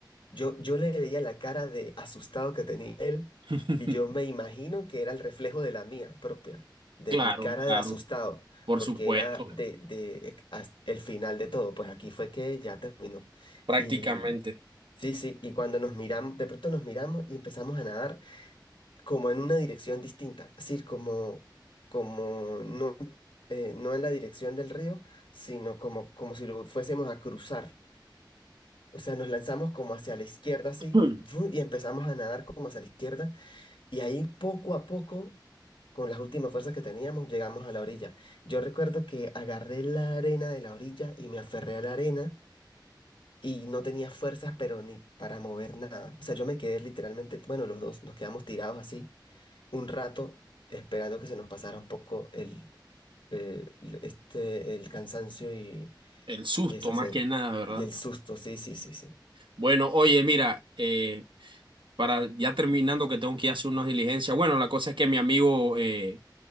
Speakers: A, on the left; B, on the right.
A: Yo, yo le veía la cara de asustado que tenía él
B: <laughs>
A: y yo me imagino que era el reflejo de la mía propia, de
B: Claro,
A: mi cara
B: claro,
A: de asustado,
B: por
A: porque
B: supuesto,
A: era de, de ex- as- el final de todo, pues aquí fue que ya terminó.
B: prácticamente.
A: Y sí, sí, y cuando nos miramos, de pronto nos miramos y empezamos a nadar como en una dirección distinta, así como, como no, eh, no en la dirección del río, sino como, como si lo fuésemos a cruzar. O sea, nos lanzamos como hacia la izquierda, así,
B: <clears throat>
A: ¡fu! y empezamos a nadar como hacia la izquierda, y ahí poco a poco, con las últimas fuerzas que teníamos, llegamos a la orilla. Yo recuerdo que agarré la arena de la orilla y me aferré a la arena, y no tenía fuerzas, pero ni para mover nada. O sea, yo me quedé literalmente, bueno, los dos nos quedamos tirados así un rato, esperando que se nos pasara un poco el, eh, el- este, el cansancio y,
B: El susto
A: y, esa
B: más
A: sen-
B: que nada, ¿verdad?
A: y el susto, sí, sí, sí, sí.
B: Bueno, oye, mira, eh, para ya terminando que tengo que ir a hacer unas diligencias. Bueno, la cosa es que mi amigo eh,